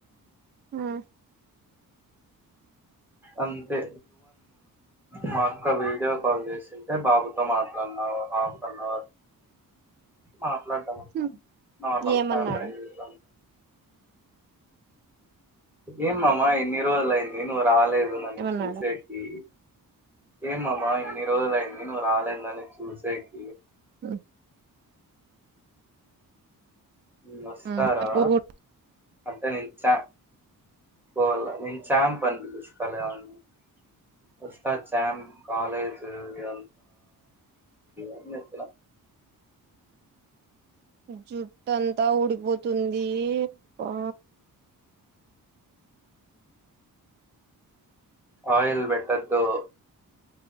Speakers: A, on the right; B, in the centre.
A: ఆ
B: అంతే మా అక్క వీడియో కాల్ చేసింటే బాబుతో మాట్లాడిన హాఫ్ అన్న హౌర్ మాట్లాడిన
A: హ్మ్
B: నార్మల్
A: ఏమన్నాడు
B: కాన్ఫరెన్స్ ఏమమ్మా ఇన్ని రోజులైంది నువ్వు రాలేదు నన్ను
A: ఏమన్నాడు
B: చూడడానికి ఏమమ్మా ఇన్ని రోజులు అయింది నువ్వు రాలేదు నన్ను చుసేకి
A: ఆ <inaudible>
B: వస్తారా
A: మ్మ్
B: అంటే నిచ్చ పోల నిచ్చా అని పలుకరిస్తారా ఎవరన్నా వచ్చాము కాలేజ్ కి అంత
A: జుట్టు అంతా ఊడిపోతుంది అబ్బా
B: ఆయిల్ పెట్టద్దు